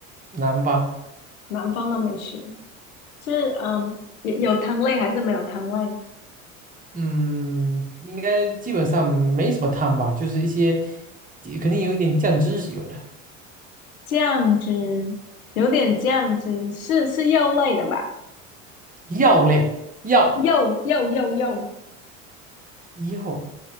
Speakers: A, on the right; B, on the left.
A: 南方。
B: 南方的美食是嗯，有有汤类还是没有汤类？
A: 嗯，应该基本上没什么汤吧，就是一些肯定有一点酱汁是有的，
B: 酱汁有点酱汁，是是肉类的吧？
A: 药类，药
B: 肉肉肉肉，
A: 药